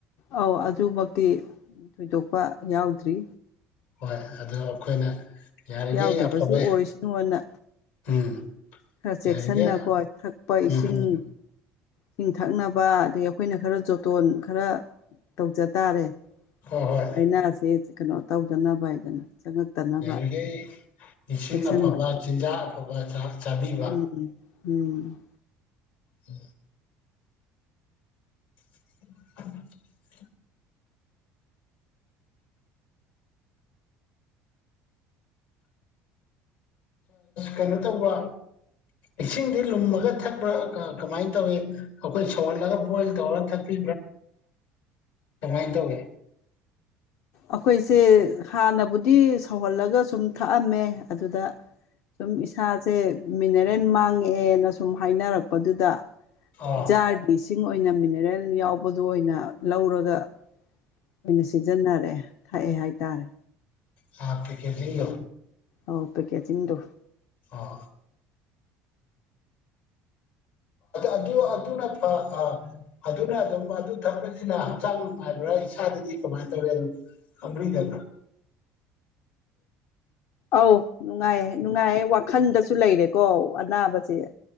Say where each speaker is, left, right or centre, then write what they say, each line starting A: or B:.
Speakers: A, on the left (about 65°); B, on the left (about 85°).
A: ꯑꯧ ꯑꯗꯨꯃꯛꯇꯤ ꯊꯣꯏꯗꯣꯛꯄ ꯌꯥꯎꯗ꯭ꯔꯤ
B: ꯍꯣꯏ ꯑꯗꯣ ꯑꯩꯈꯣꯏꯅ ꯌꯥꯔꯤꯈꯩ
A: ꯌꯥꯎꯗꯕꯁꯨ
B: ꯑꯐꯕ
A: ꯑꯣꯏꯁꯅꯨꯑꯅ
B: ꯎꯝ
A: ꯈꯔ ꯆꯦꯛꯁꯤꯟꯅꯀꯣ
B: ꯌꯥꯔꯤꯈꯩ
A: ꯊꯛꯄ ꯏꯁꯤꯡ
B: ꯎꯝ ꯎꯝ
A: ꯁꯤꯡ ꯊꯛꯅꯕ ꯑꯗꯒꯤ ꯑꯩꯈꯣꯏꯅ ꯈꯔ ꯖꯣꯇꯣꯟ ꯈꯔ ꯇꯧꯖ ꯇꯥꯔꯦ
B: ꯍꯣꯏ ꯍꯣꯏ
A: ꯂꯥꯏꯅꯥꯁꯤ ꯀꯩꯅꯣ ꯇꯧꯗꯅꯕ ꯍꯥꯏꯗꯅ ꯆꯪꯉꯛꯇꯅꯕ
B: ꯌꯥꯔꯤꯈꯩ ꯏꯁꯤꯡ
A: ꯆꯦꯛꯁꯤꯟꯕ
B: ꯑꯐꯕ ꯆꯤꯟꯖꯥꯛ ꯑꯐꯕ ꯆꯥꯕꯤꯕ
A: ꯎꯝ ꯎꯝ
B: ꯎꯝ <inaudible> ꯀꯩꯅꯣ ꯇꯧꯕ꯭ꯔꯣ ꯏꯁꯤꯡꯗꯤ ꯂꯨꯝꯃꯒ ꯊꯛꯄ꯭ꯔꯥ ꯀꯃꯥꯏꯅ ꯇꯧꯋꯤ ꯑꯩꯈꯣꯏ ꯁꯧꯍꯜꯂꯒ ꯕꯣꯏꯜ ꯇꯧꯔꯒ ꯊꯛꯄꯤ ꯀꯃꯥꯏꯇꯧꯋꯤ
A: ꯑꯩꯈꯣꯏꯁꯦ ꯍꯥꯟꯅꯕꯨꯗꯤ ꯁꯧꯍꯜꯂꯒ ꯁꯨꯝ ꯊꯛꯑꯝꯃꯦ ꯑꯗꯨꯗ ꯁꯨꯝ ꯏꯁꯥꯁꯦ ꯃꯤꯅꯔꯦꯜ ꯃꯥꯡꯉꯑꯦꯅ ꯁꯨꯝ ꯍꯥꯏꯅꯔꯛꯄ ꯄꯗꯨꯘ
B: ꯎꯝ
A: ꯖꯥꯔꯒꯤ ꯏꯁꯤꯡ ꯃꯣꯏꯅ ꯃꯤꯅꯔꯦꯜ ꯌꯥꯎꯕꯗꯨ ꯑꯣꯏꯅ ꯂꯧꯔꯒ ꯑꯣꯏꯅ ꯁꯤꯖꯤꯟꯅꯔꯦ ꯊꯛꯑꯦ ꯍꯥꯏꯇꯥꯔꯦ
B: ꯍꯥꯐ ꯄꯀꯦꯠꯂꯣ
A: ꯑꯧ ꯄꯦꯀꯦꯖꯤꯡꯗꯣ
B: ꯑꯥ ꯑꯗꯨ ꯑꯗꯨꯅ ꯐ ꯑꯗꯨꯅ ꯑꯗꯨꯝ ꯑꯗꯨ ꯊꯛꯄꯁꯤꯅ ꯍꯛꯆꯥꯡ ꯅꯨꯡꯉꯥꯏꯕ꯭ꯔꯥ ꯏꯁꯥꯗꯗꯤ ꯀꯃꯥꯏꯅ ꯇꯧꯋꯦ ꯑꯗꯨꯝ ꯈꯪꯕꯤꯗꯕ꯭ꯔꯥ
A: ꯑꯧ ꯅꯨꯡꯉꯥꯏꯌꯦ ꯅꯨꯡꯉꯥꯏꯌꯦ ꯋꯥꯈꯟꯗꯁꯨ ꯂꯩꯔꯦꯀꯣ ꯑꯅꯥꯕꯁꯦ